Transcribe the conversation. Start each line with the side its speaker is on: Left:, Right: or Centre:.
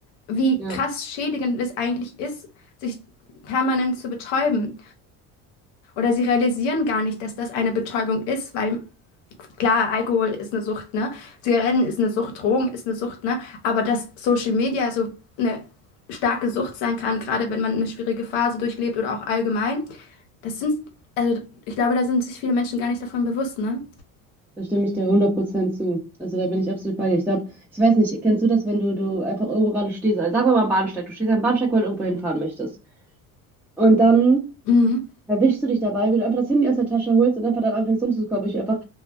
Left: wie
Centre: Ja.
Left: krass schädigend es eigentlich ist, sich permanent zu betäuben. Oder sie realisieren gar nicht, dass das eine Betäubung ist, weil Klar, Alkohol ist eine Sucht, ne? Zigaretten ist eine Sucht, Drogen ist eine Sucht, ne? Aber dass Social Media so eine starke Sucht sein kann, gerade wenn man eine schwierige Phase durchlebt oder auch allgemein, das sind, also ich glaube, da sind sich viele Menschen gar nicht davon bewusst, ne?
Centre: Da stimme ich dir 100% zu. Also da bin ich absolut bei dir. Ich glaube, ich weiß nicht, kennst du das, wenn du, du einfach irgendwo gerade stehst? Also sagen wir mal am Bahnsteig. Du stehst am Bahnsteig, weil du irgendwo hinfahren möchtest. Und dann
Left: Mhm.
Centre: erwischst du dich dabei, wie du einfach das Handy aus der Tasche holst und einfach dann anfängst rumzukommen. Ich einfach